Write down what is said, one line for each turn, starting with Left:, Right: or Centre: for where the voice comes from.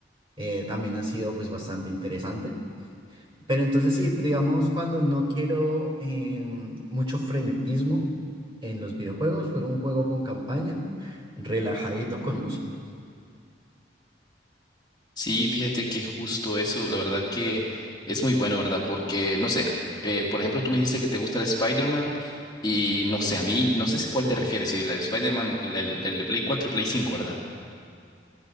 Right: eh, también ha sido pues bastante interesante. Pero entonces sí, digamos, cuando no quiero em, mucho frenetismo en los videojuegos, juego un juego con campaña, relajadito con música.
Left: Sí, fíjate que justo eso, la verdad que es muy bueno, ¿verdad? Porque, no sé, eh, por ejemplo, tú me dijiste que te gusta el Spider-Man y no sé, a mí, no sé si cuál te refieres, si el Spider-Man, el, el de Play 4 y Play 5, ¿verdad?